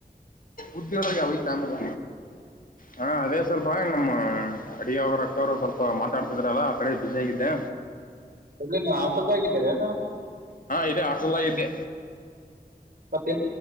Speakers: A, on the left; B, on the right.
A: ಉದ್ದಿಡಗೆ ಯಾವೈತ ನಾಮಲ್ಲ. ಹಾ ಅದೇ ಸ್ವಲ್ಪ ನಮ್ಮ ಅಡಿಯಾವರ. ರು ಸ್ವಲ್ಪ ಮಾತಾಡ್ತಿದಾರಲ್ಲ ಆ ಕಡೆ ಬಿಸಿ ಆಗಿದ್ದೆ
B: ಇಲ್ಲಿ ಹಾಸನದಾಗಿಧಿರಹೆಣನ
A: ಇದೇ ಹಾಸನಲಿದೆ.
B: ಮತ್ತೆ